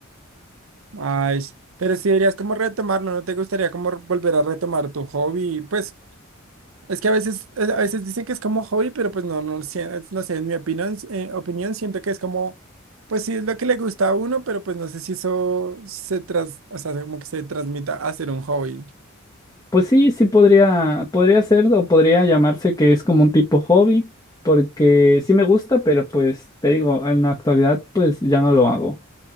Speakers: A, on the right; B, on the left.
A: Ay, pero si deberías como retomarlo, ¿no te gustaría como volver a retomar tu hobby? Pues Es que a veces, eh, a veces dicen que es como hobby, pero pues no, no, sé, es- no sé, en mi opinión, eh, opinión siento que es como, pues sí, es lo que le gusta a uno, pero pues no sé si eso se tras, o sea, como que se transmita a ser un hobby.
B: Pues sí, sí podría, podría ser o podría llamarse que es como un tipo hobby, porque sí me gusta, pero pues te digo, en la actualidad pues ya no lo hago.